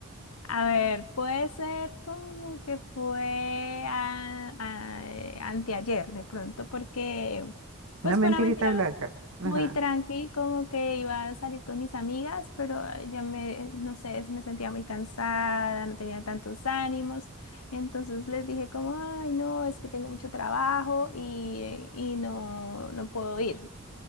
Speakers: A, on the left (about 85°); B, on the right (about 70°).
A: A ver, puede ser como que fue a- a- eh, anteayer de pronto, porque pues
B: una mentirita
A: fue una mentira
B: blanca. Ajá,
A: muy tranqui, como que iba a salir con mis amigas, pero ah, ya me, no sé, es- me sentía muy cansada, no tenía tantos ánimos, entonces les dije como, ay, no, es que tengo mucho trabajo y, y no, no puedo ir.